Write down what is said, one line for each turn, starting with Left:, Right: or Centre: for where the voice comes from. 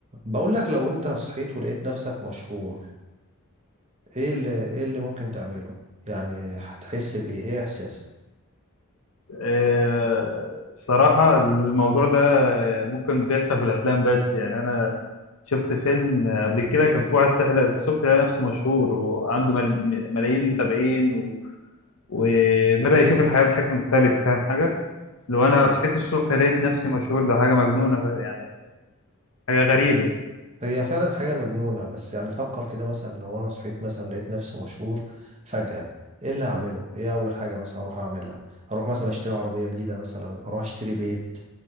Right: بقول لك لو انت صحيت ولقيت نفسك مشهور ايه اللي ايه اللي ممكن تعمله يعني هتحس بايه ايه احساسك
Left: آه، الصراحة الموضوع ده ممكن بيحصل في الأفلام بس يعني أنا شفت فيلم قبل كده كان في واحد صحي الصبح لقى نفسه مشهور وعنده مل... ملايين متابعين و... وبدأ يشوف الحياة بشكل مختلف فاهم حاجة؟ لو أنا صحيت الصبح لقيت نفسي مشهور ده حاجة مجنونة ف- يعني حاجة غريبة
Right: هي فعلا حاجة مجنونة بس يعني فكر كده مثلا لو انا صحيت مثلا لقيت نفسي مشهور فجأة ايه اللي هعمله ايه اول حاجة مثلا اروح اعملها اروح مثلا اشتري عربية جديدة مثلا اروح اشتري بيت